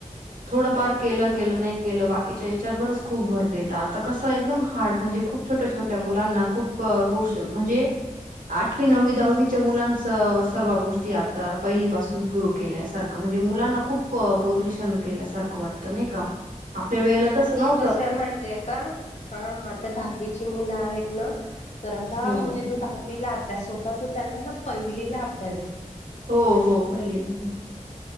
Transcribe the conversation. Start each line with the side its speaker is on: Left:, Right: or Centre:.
Right: थड के नाही के बा खूप भर देत आता कसं एकदम हार्ड म्हणजे खूप छोट्या छोट्या मुलांना खूप गोष्ट म्हणजे आठवी नववी दहावीच्या मुलांच सर्व गोष्टी आ पहिलीपासून सुरू केल्यासारखं म्हणजे मुलांना खूप बोदरेशन केल्यासारखं वाटतं नाही का आपल्या वेळेला तस नव
Left: माय का ह आता दहावीची मुलं आहेत ना तर आता
Right: हो.
Left: म्हणजे जो दहावी अभ्यास हो त त्यांना पहिलाभ <inaudible>
Right: हो हो पहिलीला भेटले.